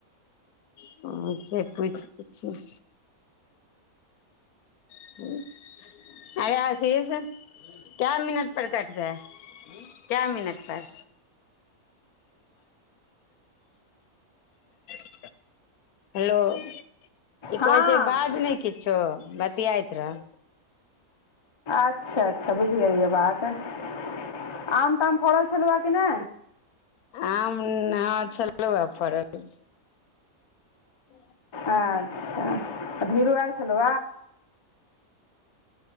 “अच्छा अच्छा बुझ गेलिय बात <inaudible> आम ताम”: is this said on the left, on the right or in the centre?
Left